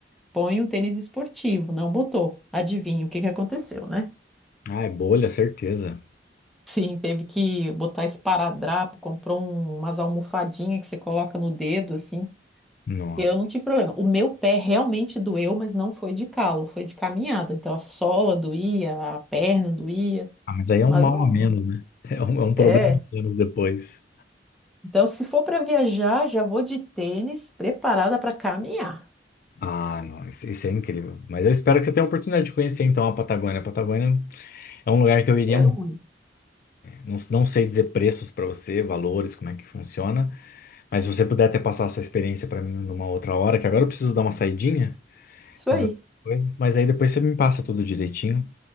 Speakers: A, in the centre; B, on the left.
A: Põe um tênis esportivo. Não botou. Adivinha o que que aconteceu, né?
B: Ah, é bolha, certeza.
A: Sim, teve que botar esparadrapo, comprou um- umas almofadinhas que você coloca no dedo, assim.
B: Nossa.
A: Eu não tive problema. O meu pé realmente doeu, mas não foi de calo, foi de caminhada. Então a sola doía, a perna doía,
B: Ah, mas aí é
A: mas
B: um mal
A: não.
B: a menos, né? <laughs> É um, é um problema
A: É.
B: a menos depois.
A: Então, se for para viajar, já vou de tênis preparada para caminhar.
B: Ah, não, isso, isso é incrível. Mas eu espero que você tenha a oportunidade de conhecer então a Patagônia. A Patagônia é um lugar que eu iria
A: Quero
B: muito.
A: muito.
B: Não, não sei dizer preços para você, valores, como é que funciona. Mas se você puder até passar essa experiência para mim numa outra hora, que agora eu preciso dar uma saidinha,
A: Isso
B: resolver
A: aí.
B: coisas, mas aí depois você me passa tudo direitinho.